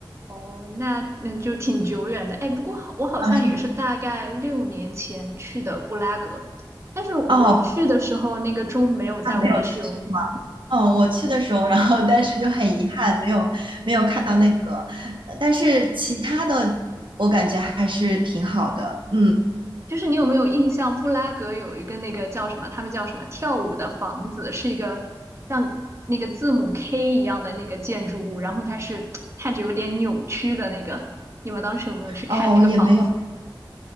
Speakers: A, on the right; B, on the right.
A: 哦，那那就挺久远的。哎，不过好我好像也是大概六年前去的布拉格，
B: 啊，是
A: 但是我去的时候那个钟没有在维修。
B: 哦，他没有再去吗？哦，我去的时候，然后但是就很遗憾，没有没有看到那个，呃但是其他的我感觉还是挺好的，嗯，
A: 就是你有没有印象，布拉格有一个那个叫什么，他们叫什么跳舞的房子，是一个像那个字母 K 一样的那个建筑物，然后它是看着有点扭曲的那个。你们当时有没有去看那个房子？
B: 哦，也没有。